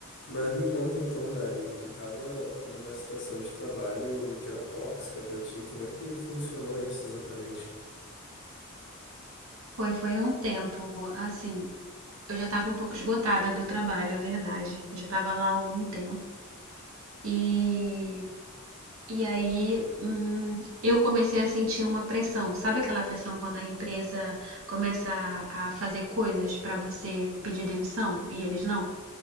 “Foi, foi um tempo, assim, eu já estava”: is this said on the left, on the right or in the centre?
Right